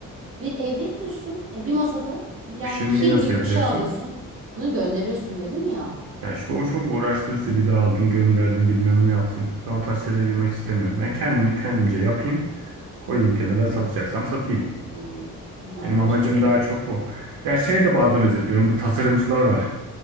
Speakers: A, on the right (about 40°); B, on the right (about 80°).
A: Bir evde yapıyorsun. E, bir masada yani
B: Pişirmeyi
A: kil
B: nasıl
A: gibi
B: yapacaksın?
A: bir şey alıyorsun. Bunu gönderiyorsun dedim ya.
B: Ya işte o çok uğraştırıcı bir daha aldın gönderdin bilmem ne yaptın. Ben o tarz şeylere girmek istemiyorum. Ben kendimi kendimce yapayım. Koyayım kenara satacaksam satayım.
A: Hmm, Yani
B: Benim amacım
A: başka da
B: daha
A: bir.
B: çok bu. Ya şeye de bazen özeniyorum. Bu tasarımcılar var.